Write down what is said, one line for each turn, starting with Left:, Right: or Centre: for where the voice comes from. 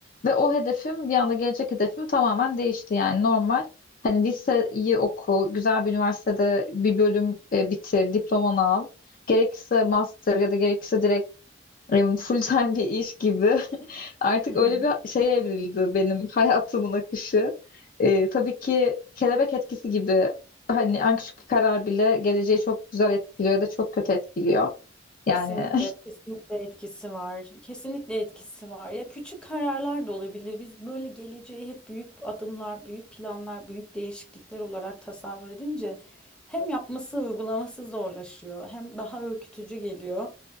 Left: Ve o hedefim bir anda gelecek hedefim tamamen değişti yani normal. Hani liseyi oku, güzel bir üniversitede bir bölüm e, bitir, diplomanı al. Gerekirse master ya da gerekirse direkt e, full time bir iş gibi. <laughs> Artık
Centre: <laughs>
Left: öyle bir şeye evrildi benim <laughs> hayatımın akışı. E, tabii ki kelebek etkisi gibi hani en küçük bir karar bile geleceği çok güzel etkiliyor ya da çok kötü etkiliyor. Yani
Centre: Kesinlikle, kesinlikle etkisi var. Kesinlikle etkisi var. Ya küçük kararlar da olabilir. Biz böyle geleceği hep büyük adımlar, büyük planlar, büyük değişiklikler olarak tasavvur edince hem yapması, uygulaması zorlaşıyor, hem daha ürkütücü geliyor.